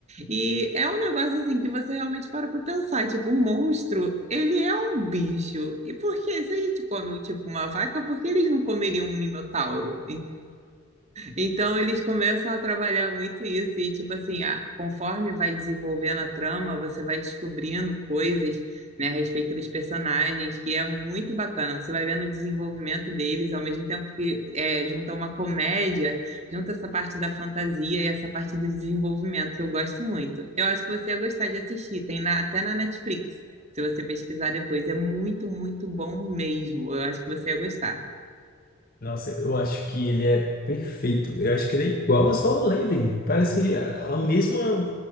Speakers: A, on the right (about 30°); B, on the left (about 45°).
A: E é um negócio assim que você realmente para pra pensar, tipo, o monstro, ele é um bicho. E por que, se a gente come, tipo, uma vaca, por que eles não comeriam um minotauro? Então eles começam a trabalhar muito isso, e tipo assim, a- conforme vai desenvolvendo a trama, você vai descobrindo coisas, né, a respeito dos personagens, que é muito bacana. Você vai vendo o desenvolvimento deles, ao mesmo tempo que é, junta uma comédia, junta essa parte da fantasia e essa parte do desenvolvimento, que eu gosto muito. Eu acho que você ia gostar de assistir, tem na- até na Netflix, se você pesquisar depois. É muito, muito bom mesmo. Eu acho que você ia gostar.
B: Nossa, eu acho que ele é perfeito. Eu acho que ele é igual a Solo Leveling. Parece que a, a mesma.